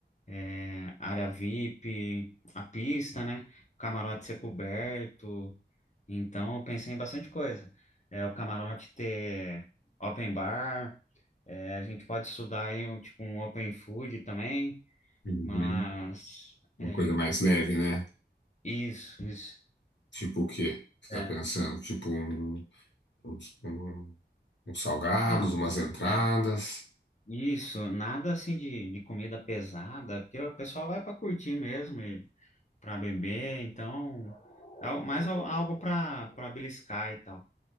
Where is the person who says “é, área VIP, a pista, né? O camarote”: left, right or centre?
Left